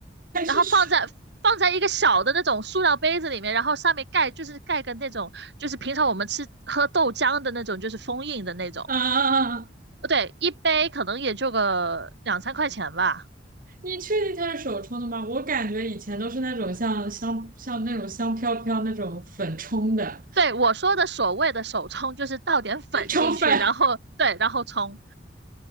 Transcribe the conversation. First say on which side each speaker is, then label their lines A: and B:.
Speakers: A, on the right; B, on the right.
A: 还是手
B: 然后放在放在一个小的那种塑料杯子里面，然后上面盖就是盖个那种就是平常我们吃喝豆浆的那种，就是封印的那种。
A: 啊啊啊？
B: 呃对，一杯可能也就个两三块钱吧。
A: 你确定它是手冲的吗？我感觉以前都是那种像香像那种香飘飘那种粉冲的
B: 对，我说的所谓的手冲，就是倒点粉进去，
A: <laughs> 冲粉。
B: 然后对，然后冲。